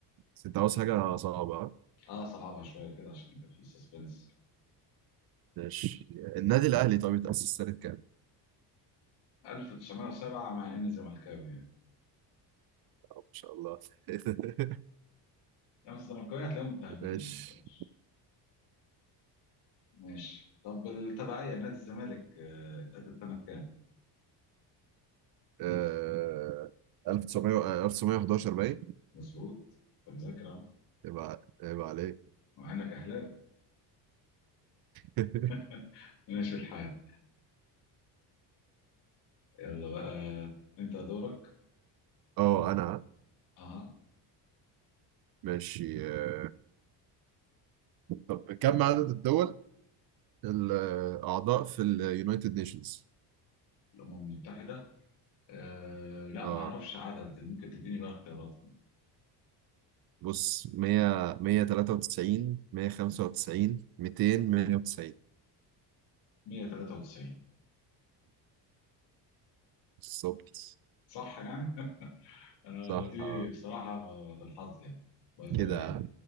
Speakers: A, on the right; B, on the left.
A: بس انت عاوز حاجة صعبة ها؟
B: اه صعبها شوية كده عشان يبقى في سسبنس
A: ماشي النادي الأهلي طب اتأسس سنة كام؟
B: 1907 مع إني زملكاوي يعني
A: ما شاء الله <laughs>
B: <laughs> يعني الزملكاوية هتلاقيهم فاهمين
A: ماشي
B: يعني ما تقلقش. ماشي طب التبعية نادي الزمالك آه، اتأسس سنة كام؟
A: آه 1900 آه، 1911 باين
B: مظبوط أنت مذاكر أهو
A: يبقى يبقى عليك
B: مع إنك أهلاوي
A: <laughs>
B: <laughs> ماشي الحال يلا بقى أنت دورك
A: اه انا
B: أها
A: ماشي آه، طب كم عدد الدول الأعضاء في اليونايتد نيشنز؟
B: الأمم المتحدة آه لا
A: اه
B: معرفش عدد ممكن تديني بقى اختيارات
A: بص 100 193 195 200 190
B: 193
A: بالظبط
B: صح يعني؟ <laughs> أنا
A: صح
B: دي
A: آه.
B: بصراحة بالحظ يعني باي ذا
A: كده
B: واي يعني